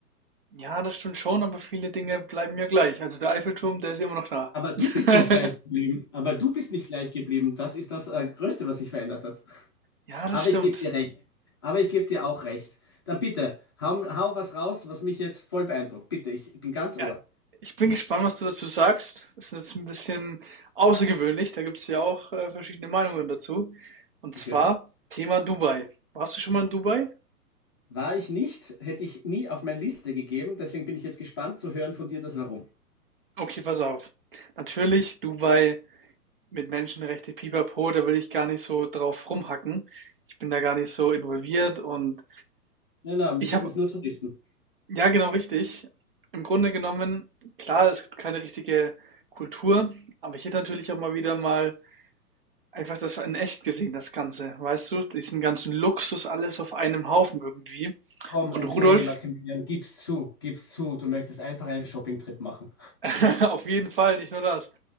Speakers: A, on the right (about 35°); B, on the left (about 15°).
A: Ja, das stimmt schon, aber viele Dinge bleiben ja gleich. Also der Eiffelturm, der ist ja immer noch da.
B: Aber du
A: <laughs>
B: bist nicht gleich geblieben. Aber du bist nicht gleich geblieben. Das ist das äh, Größte, was sich verändert hat.
A: Ja, das
B: Aber
A: stimmt.
B: ich gebe dir recht. Aber ich gebe dir auch recht. Dann bitte, hau, hau was raus, was mich jetzt voll beeindruckt. Bitte, ich bin ganz
A: Ja,
B: Ohr.
A: ich bin gespannt, was du dazu sagst. Das ist jetzt ein bisschen außergewöhnlich. Da gibt es ja auch äh, verschiedene Meinungen dazu. Und
B: Ich
A: zwar
B: höre.
A: Thema Dubai. Warst du schon mal in Dubai?
B: War ich nicht, hätte ich nie auf meine Liste gegeben. Deswegen bin ich jetzt gespannt zu hören von dir das Warum.
A: Okay, pass auf. Natürlich Dubai mit Menschenrechte, Pipapo, da will ich gar nicht so drauf rumhacken. Ich bin da gar nicht so involviert und
B: Nein, nein,
A: ich
B: wir sind
A: habe,
B: es nur Touristen.
A: ja genau richtig, im Grunde genommen, klar, es gibt keine richtige Kultur, aber ich hätte natürlich auch mal wieder mal Einfach das in echt gesehen, das Ganze, weißt du? Diesen ganzen Luxus, alles auf einem Haufen irgendwie.
B: Komm,
A: Und
B: entschuldige
A: Rudolf,
B: Maximilian, gib's zu, gib's zu. Du möchtest einfach einen Shopping-Trip machen.
A: <laughs> auf jeden Fall, nicht nur das.